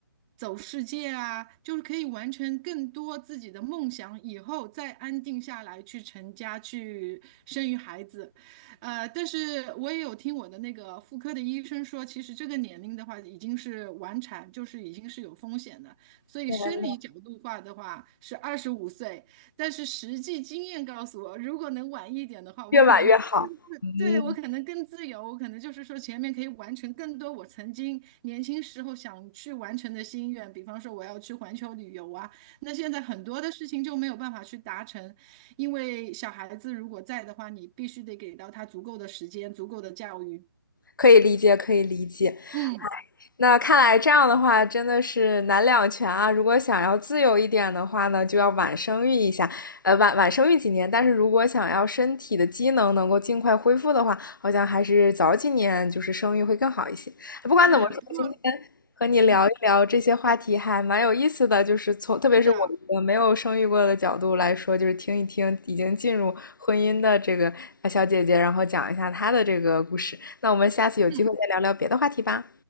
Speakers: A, on the right; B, on the left.
A: 走世界啊，就是可以完成更多自己的梦想，以后再安定下来去成家，去生育孩子。呃，但是我也有听我的那个妇科的医生说，其实这个年龄的话，已经是晚产，就是已经是有风险的。所以生理角度化的话，
B: 天呐，
A: 是二十五岁。但是实际经验告诉我，如果能晚一点的话，我可能更自，
B: 越晚越好。嗯，
A: 对，我可能更自由，我可能就是说前面可以完成更多我曾经年轻时候想去完成的心愿，比方说我要去环球旅游啊，那现在很多的事情就没有办法去达成，因为小孩子如果在的话，你必须得给到他足够的时间，足够的教育。
B: 可以理解，可以理解。
A: 嗯，
B: 那看来这样的话真的是难两全啊！如果想要自由一点的话呢，就要晚生育一下，呃，晚晚生育几年。但是如果想要身体的机能能够尽快恢复的话，好像还是早几年就是生育会更好一些。不管怎么说，
A: 是，不过，
B: 今天和你聊一聊这些话题还蛮有意思的，
A: 嗯，
B: 就是从特别是我一个没有生育过的角度来说，
A: 是的，
B: 就是听一听已经进入婚姻的这个呃小姐姐，然后讲一下她的这个故事。那我们下次有机会再聊聊别的话题吧。
A: 嗯，